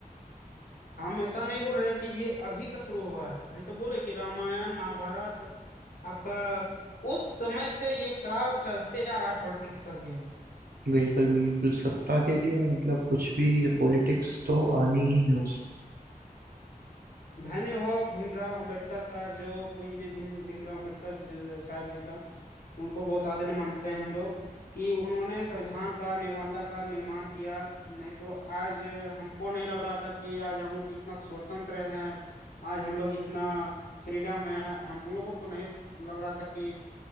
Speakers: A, on the left; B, on the right.
A: हम ऐसा नहीं बोल रहे कि ये अभी का शुरू हुआ है हम तो बोले कि रामायण महाभारत आपका उस समय से ये काल चलते आ रहा है पॉलिटिक्स का गेम
B: बिल्कुल बिल्कुल सत्ता
A: में
B: के लिए मतलब कुछ भी ये पॉलिटिक्स तो आनी ही है उस
A: धन्य हो भीमराव अंबेडकर का जो पूजनीय दिन भीमराव अंबेडकर ज- साहब जी का उनको बहुत आदर मानते हैं हम लोग कि उन्होंने संविधान का निर्माता का निर्माण किया नहीं तो आज हमको नहीं लग रहा था कि आज हम लोग जितना स्वतंत्र हैं आज हम लोग जितना फ्रीडम है हम लोगों को नहीं लग रहा था कि